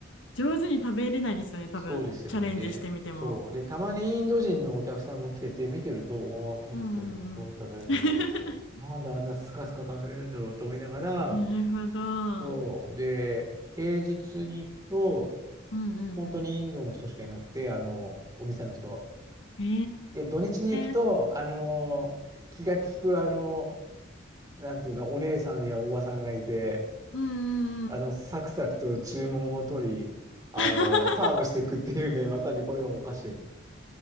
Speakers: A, on the left; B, on the right.
A: 上手に食べれないですよね、多分。
B: そうですよね。
A: チャレンジしてみても。
B: で、そう。で、たまにインド人のお客さんも来てて、見てると、おー、食べてる。
A: うん
B: どう食べるんだろう。
A: うんうん。<laughs>
B: なんであんなスカスカ食べれるんだろうと思いながら、
A: なるほど。
B: そう。で、平日に行くと、
A: うんうん
B: 本当にインドの人しかいなくて、あの、お店の人。
A: う
B: で、土日に行くと、
A: ん。ええ
B: あの、気が利く、あの、なんていうか、お姉さんやおばさんがいて、
A: うんうんうん。
B: あの、サクサクと注文を取り、あの、
A: <laughs>
B: サーブしていくっていうね、またね、これがもうおかしい。